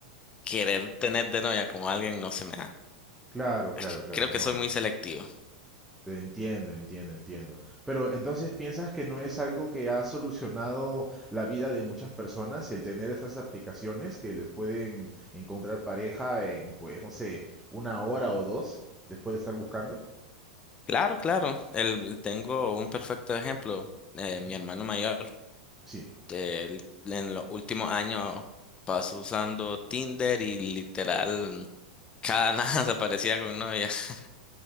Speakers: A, on the left; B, in the centre.
A: querer tener de novia como alguien no se me da.
B: Claro, claro,
A: Es que
B: claro.
A: Creo que
B: No,
A: soy
B: no.
A: muy selectivo.
B: Entiendo, entiendo, entiendo. Pero entonces, ¿piensas que no es algo que ha solucionado la vida de muchas personas el tener esas aplicaciones que les pueden encontrar pareja en, pues, no sé, una hora o dos después de estar buscando?
A: Claro, claro. El, tengo un perfecto ejemplo. Eh,
B: Ujú.
A: mi hermano mayor.
B: Sí,
A: eh, en los últimos años paso usando Tinder y literal cada nada <laughs> se parecía con novia. <laughs>